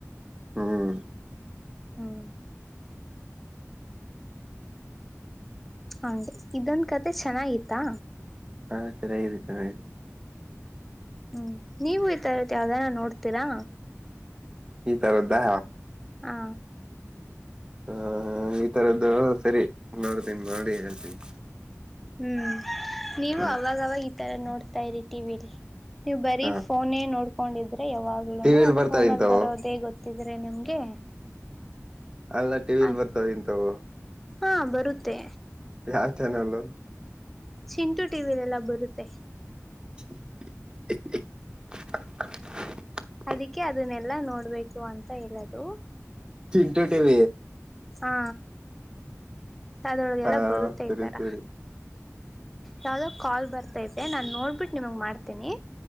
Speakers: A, on the right (about 15°); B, in the centre.
A: ಹ್ಮ್
B: ಹೌ ಹನ್ ಇದೊಂದ ಕತೆೆ ಚೆನ್ನಾಗಿತ್ತಾ
A: ಹಾ ಸರಿ ಆಐದೆ ಚೆರಿ
B: ಹ್ಮ್ ನೀವು ಈತರತಿ ಯಾವ್ದಾರ ನೋಡ್ತೀರಾ
A: ಈ ತರದ್ದಾ
B: ಹಾ
A: ಹ ಈ ತರದ್ದ ಸರಿ ನೋಡ್ತೀನಿ ನೋಡಿ ಹೇಳ್ತೀನಿ
B: ಹ್ಮ್ ನೀವು
A: ಹ್ಮ್
B: ಅವಾಗವಾಗ ಈ ತರ ನೋಡ್ತಾ ಇರಿ ಟಿ ವಿಲ್ಲಿ ನೀವು್ ಬರೀ
A: ಹ
B: ಫೋನೇ ನೋಡ್ಕೊಂಡಿದ್ರೆ ಯಾವಾಗ್ಲೂನು
A: ಟಿವಿಲ್ ಬರ್ತಾವ
B: ಫೋನ
A: ಇಂತವು
B: ಅಲ್ಲಿ ಬರೋದೇ ಗೊತ್ತ ಹತ್ತಿದ್ರೆ ನಿಮ್ಗೆ
A: ಅಲ್ಲ ಟಿವ ವಿಲ್
B: ಆ
A: ಬರ್ತಾವ ಇಂತವು
B: ಹಾ ಬರುತ್ತೆ
A: ಯಾವ ಚಾನಲ್
B: ಚಿಂಟು ಟಿವಲೆಲ್ಲ ಬರುತ್ತೆ
A: <unintelligible>
B: ಅದಕ್ಕೆ ಅದನ್ನೆಲ್ಲಾ ನೋಡ್ಬೇಕು ಅಂತ ಹೇಳದು
A: ಚಿಟ ಿವ
B: ಹಾ ಅದೊಳಗೆಲ್ಲ
A: ಹಾ
B: ಬರುತ್ತ
A: ಸರಿ
B: ಇದತಾರ
A: ಸರಿ
B: ಯಾವು್ದೋ ಕಾಲ್ ಬರ್ತೈತೆ ನಾನು ನೋಡಿಬಿಟ್ಟು ನಿಮಗೆ ಮಾಡ್ತೀನಿ